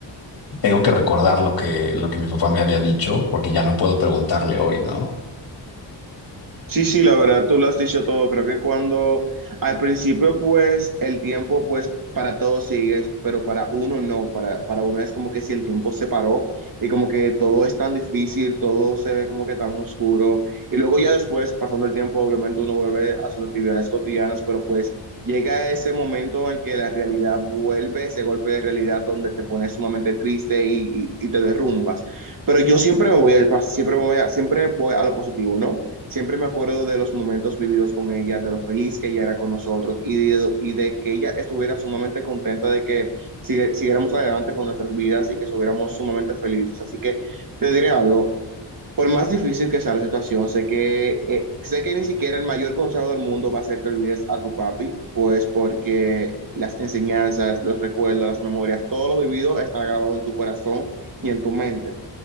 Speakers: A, on the left; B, on the right.
A: tengo que recordar lo que, lo que mi papá me había dicho, porque ya no puedo preguntarle hoy, ¿no?
B: Sí, sí, la verdad, tú lo has dicho todo. Creo que cuando al principio, pues, el tiempo, pues, para todos sigues, pero para uno no. Para, para uno es como que si el tiempo se paró y como que todo es tan difícil, todo se ve como que tan oscuro. Y luego ya después, pasando el tiempo, obviamente uno vuelve a sus actividades cotidianas, pero pues llega ese momento en el que la realidad vuelve, ese golpe de realidad donde te pones sumamente triste y, y, y te derrumbas. Pero yo siempre me voy al, pas- siempre me voy a, siempre voy a lo positivo, ¿no? Siempre me acuerdo de los momentos vividos con ella, de lo feliz que ella era con nosotros y de, y de que ella estuviera sumamente contenta de que sigue- siguiéramos adelante con nuestras vidas y que estuviéramos sumamente felices. Así que te diré algo, por más difícil que sea la situación, sé que, eh, sé que ni siquiera el mayor consejo del mundo va a ser que olvides a tu papi, pues porque las enseñanzas, los recuerdos, las memorias, todo lo vivido estará grabado en tu corazón y en tu mente